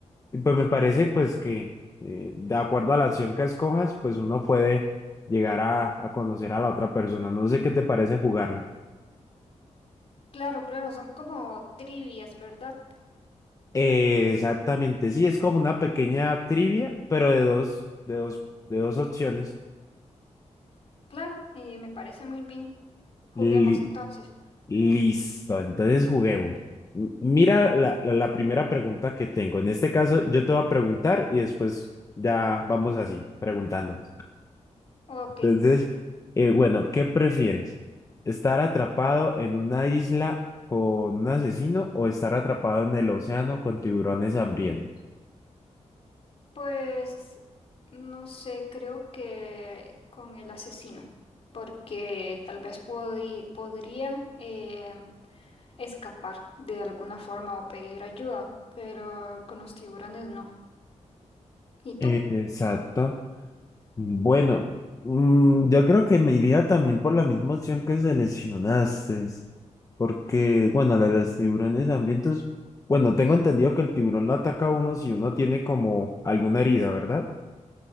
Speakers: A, on the left; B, on the left.
A: Y Pues me parece pues que eh, de acuerdo a la acción que escojas, pues uno puede llegar a, a conocer a la otra persona. No sé qué te parece jugarla.
B: Claro, claro, son como trivias, ¿verdad?
A: Eh, exactamente, sí, es como una pequeña trivia, pero de dos, de dos, de dos opciones.
B: Claro, eh, me parece muy bien. Juguemos
A: Li-
B: entonces.
A: listo, entonces juguemos. M- Mira la, la, la primera pregunta que tengo. En este caso, yo te voy a preguntar y después ya vamos así, preguntando.
B: Ok,
A: Entonces, eh, bueno, ¿qué prefieres? ¿Estar atrapado en una isla con un asesino o estar atrapado en el océano con tiburones hambrientos?
B: pues no sé, creo que con el asesino, porque tal vez podí- podría eh, escapar de alguna forma o pedir ayuda, pero con los tiburones no. ¿Y tú?
A: Eh, Exacto. Bueno, mm, yo creo que me iría también por la misma opción que seleccionaste, porque, bueno, la de los tiburones hambrientos, bueno, tengo entendido que el tiburón lo ataca a uno si uno tiene como alguna herida, ¿verdad?